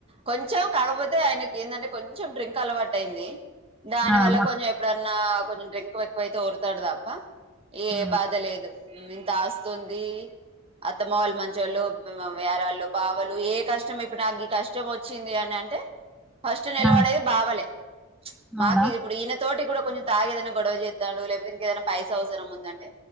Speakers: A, on the right (about 30°); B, in the centre.
A: కొంచెం కాకపోతే ఆయనకి ఏందంటే కొంచెం డ్రింక్ అలవాటు అయింది దాని
B: ఆ!
A: వల్ల
B: మా
A: కొంచెం ఎప్పుడన్నా కొంచెం డ్రింక్ ఎక్కువయితే వొరుతడు తప్ప ఏ
B: ఆ!
A: బాధ లేదు ఇంత ఆస్తుంది అత్తమ్మ వాలు మంచోళ్ళు యారాళ్ళు బావలు ఏ కష్టం కష్టం ఇప్పుడు నాకు ఈ కష్టం వచ్చింది అని అంటే ఫస్ట్ నిలవడేది
B: ఆ!
A: బావలే
B: అవునా?
A: మాఫీ ఇప్పుడు ఇన తోటి కూడా కొంచం తాగి ఏదైన గొడవ చేస్తాడు లేకపోతే ఇంకేదైనా పైస అవసరం ఉందంటే